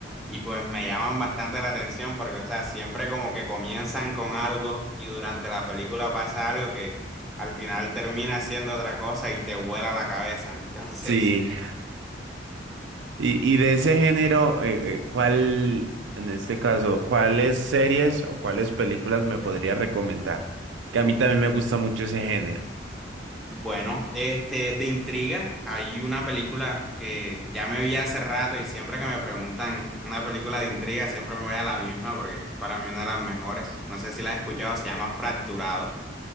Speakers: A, in the centre; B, on the right.
A: Y pues me llaman bastante la atención porque, o sea, siempre como que comienzan con algo y durante la película pasa algo que al final termina siendo otra cosa y te vuela la cabeza. Entonces,
B: Sí, y, y de ese género, eh, eh, ¿cuál, en este caso, cuáles series o cuáles películas me podrías recomendar? Que a mí también me gusta mucho ese género.
A: <laughs> bueno, este, de intriga, hay una película que ya me vi hace rato y siempre que me preguntan una película de intriga, siempre me voy a la misma porque es para mí una de las mejores. No sé si la has escuchado, se llama Fracturado,